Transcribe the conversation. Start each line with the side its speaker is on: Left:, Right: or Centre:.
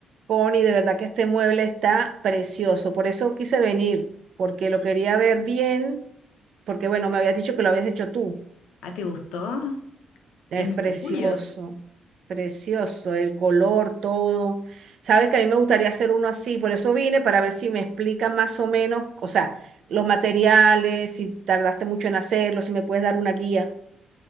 Right: Connie, de verdad que este mueble está precioso. Por eso quise venir, porque lo quería ver bien, porque bueno, me habías dicho que lo habías hecho tú.
Left: Ah, ¿te gustó?
Right: Es
Left: Es mi
Right: precioso,
Left: orgullo.
Right: precioso, el color, todo. Sabes que a mí me gustaría hacer uno así, por eso vine para ver si me explicas más o menos, o sea, los materiales, si tardaste mucho en hacerlo, si me puedes dar una guía.